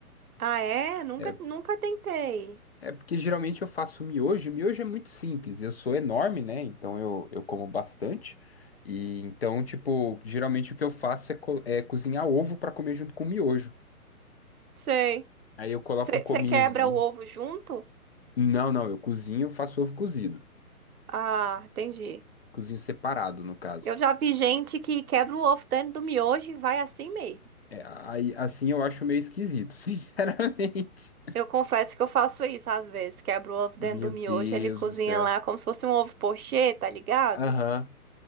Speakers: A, on the right; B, on the left.
A: Ah, é? Nunca,
B: É,
A: nunca tentei.
B: é porque geralmente eu faço miojo, e miojo é muito simples. Eu sou enorme, né? Então eu, eu como bastante. E então, tipo, geralmente o que eu faço é, co- é cozinhar ovo para comer junto com miojo.
A: Sei.
B: Aí eu coloco
A: Você
B: um cominhozinho.
A: você quebra o ovo junto?
B: Não, não, eu cozinho, faço ovo cozido.
A: Ah, entendi.
B: Cozinho separado, no caso.
A: Eu já vi gente que quebra o ovo dentro do miojo e vai assim mesmo.
B: É, aí, assim eu acho meio esquisito, <laughs> sinceramente.
A: Eu confesso que eu faço isso às vezes. Quebra o ovo
B: Meu
A: dentro do miojo,
B: Deus
A: ele cozinha
B: do céu.
A: lá como se fosse um ovo pochê, tá ligado?
B: Aham.